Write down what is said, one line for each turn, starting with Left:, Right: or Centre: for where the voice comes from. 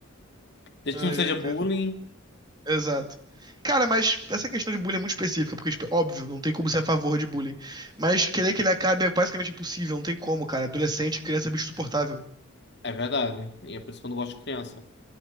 Left: Desde
Right: Ai,
Left: que não seja
Right: ai, cara.
Left: bullying.
Right: Exato. Cara, mas essa questão de bullying é muito específica, porque, tipo, é óbvio, não tem como ser a favor de bullying. Mas querer que ele acabe é basicamente impossível, não tem como, cara. Adolescente, criança, é bicho insuportável.
Left: É verdade. E é por isso que eu não gosto de criança.